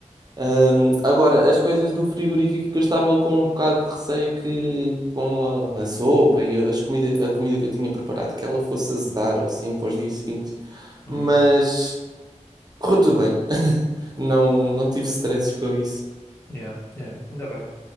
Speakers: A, on the right (about 30°); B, on the left (about 20°).
A: Ahm, agora, as coisas do frigorífico que eu estava com um bocado de receio que com a, a sopa e as comida, a comida que eu tinha preparado que ela fosse azedar ou assim para os dias seguintes,
B: Uhum.
A: mas correu tudo bem. <laughs> Não, não tive stresses com isso.
B: Yeah, yeah, ainda bem.